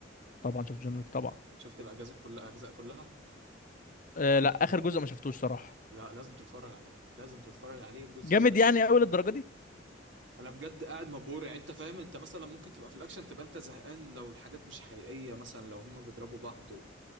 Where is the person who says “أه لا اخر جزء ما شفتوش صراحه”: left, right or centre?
Left